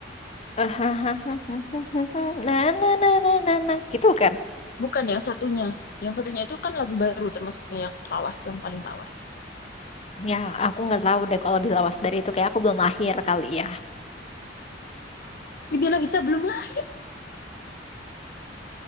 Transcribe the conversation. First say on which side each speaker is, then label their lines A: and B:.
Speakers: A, on the left; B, on the left.
A: <laughs> Nah, nah, nah, nah, nah, nah, gitu kan?
B: bukan yang satunya yang satunya itu kan lagu baru termasuknya yang lawas yang paling lawas
A: Ya, aku nggak tahu deh kalau lebih lawas dari itu kayak aku belum lahir kali ya.
B: Bibila bisa belum lah